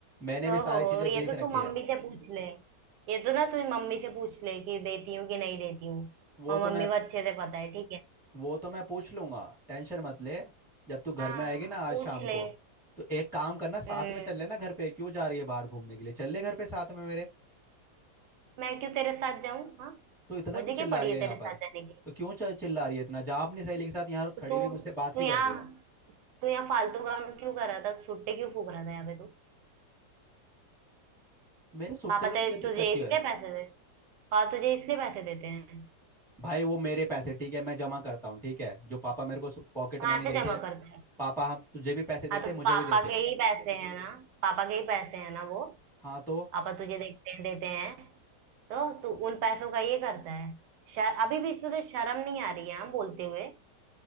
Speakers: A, in the centre; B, on the right.
A: मैंने भी
B: ओहो
A: सारी चीजें
B: ये
A: देख
B: तो तू
A: रखी
B: मम्मी
A: है
B: से पूछ ले ये तो ना तू मम्मी से पूछ ले कि देती हूँ कि नहीं देती हूँ
A: वो
B: और
A: तो मैं
B: मम्मी को अच्छे से पता है ठीक है
A: वो तो मैं पूछ लूंगा टेंशन मत ले जब तू घर
B: हाँ
A: में आएगी ना आज
B: पूछ
A: शाम
B: ले
A: को तो एक काम करना साथ
B: हम्म
A: में चल लेना घर पे क्यों जा रही है बाहर घूमने के लिए चल ले घर पे साथ में मेरे
B: मैं क्यों तेरे साथ जाऊं हाँ
A: तो इतना
B: मुझे
A: क्यों चिल्ला
B: क्या पड़ी
A: रही
B: है
A: है यहाँ
B: तेरे
A: पर
B: साथ जाने की
A: तो क्यों च- चिल्ला रही है इतना जा अपनी सहेली के साथ यहाँ खड़ी
B: तो
A: हुई मुझसे
B: तू
A: बात
B: तू
A: क्यों
B: यहाँ
A: कर रही है
B: तू यहाँ फालतू काम क्यों कर रहा था छुट्टे क्यों फूक रहा था यहाँ पे तू
A: मेरे सुट्टे
B: पापा
A: से तुझे
B: तेरे
A: दिक्कत
B: तुझे
A: क्यों
B: इसलिए
A: है
B: पैसे दे पापा तुझे इसलिए पैसे देते हैं
A: भाई वो मेरे पैसे ठीक है मैं जमा करता हूँ ठीक है जो पापा मेरे को पॉकेट
B: कहाँ
A: मनी
B: से
A: देते
B: जमा
A: हैं
B: करता है
A: पापा हम तुझे भी पैसे देते
B: हाँ तो
A: हैं मुझे
B: पापा
A: भी देते
B: के
A: हैं
B: ही पैसे हैं ना पापा के ही पैसे हैं ना वो
A: हाँ तो
B: पापा तुझे देखते हैं देते हैं तो तू उन पैसों का ये करता है शर, अभी भी इसमें तो शर्म नहीं आ रही है हाँ बोलते हुए